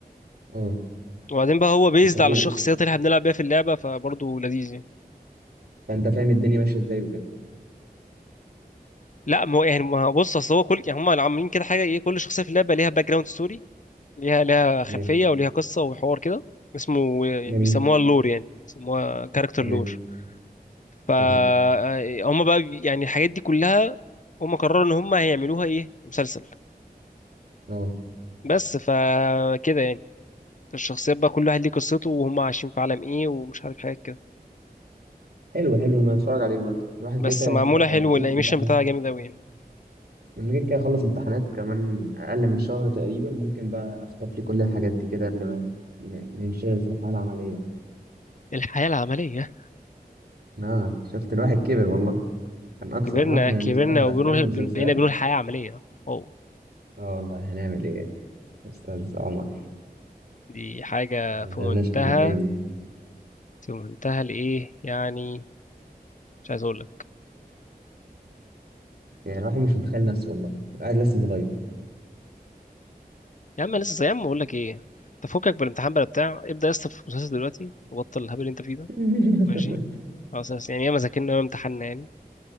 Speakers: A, on the right; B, on the left.
A: اه
B: وبعدين بقى هو بيزد
A: كنت هتقول
B: على الشخصيات اللي احنا بنلعب بيها في اللعبه فبرضه لذيذ يعني
A: فانت فاهم الدنيا ماشيه ازاي وكده
B: لا ما هو يعني ما هو بص اصل هو كل يعني هم عاملين كده حاجه ايه كل شخصيه في اللعبه ليها باك جراوند ستوري ليها ليها
A: تمام
B: خلفيه وليها قصه وحوار كده اسمه يعني
A: جميل
B: بيسموها اللور يعني بيسموها كاركتر
A: تمام
B: لور ف آه،
A: حلو
B: هم بقى بي- يعني الحاجات دي كلها هم قرروا ان هم هيعملوها ايه مسلسل
A: اه
B: بس فكده يعني الشخصيات بقى كل واحد ليه قصته وهم عايشين في عالم ايه ومش عارف حاجه
A: حلو حلو ما اتفرج عليه برضه الواحد
B: بس
A: كده كده
B: معموله
A: هيتخ-
B: حلو
A: هيخلص
B: والانيميشن
A: امتحان
B: بتاعها جامد قوي يعني
A: من كده كده هخلص امتحانات كمان اقل من شهر تقريبا ممكن بقى اخطف لي كل الحاجات دي كده قبل ما ن- ننشغل في الحياه العمليه
B: الحياه العمليه
A: اه شفت الواحد كبر والله كان أقصى
B: كبرنا
A: طموحنا
B: كبرنا
A: نتفرج على
B: وبنقول
A: أفلام ومسلسلات
B: بقينا بنقول حياه عمليه واو
A: آه والله هنعمل إيه يا أستاذ عمر
B: دي حاجه
A: ما
B: في
A: قدامناش
B: منتهى
A: حل تاني
B: في منتهى الايه يعني مش عايز اقول لك
A: يعني الواحد مش متخيل نفسه والله الواحد لسه صغير
B: يا عم أنا لسه يا عم اقول لك ايه تفكك بالامتحان بلا بتاع ابدا يا اسطى في المسلسل دلوقتي وبطل الهبل اللي انت فيه ده
A: <laughs>
B: ماشي خلاص يا اسطى، يعني ياما ذاكرنا وياما امتحنا يعني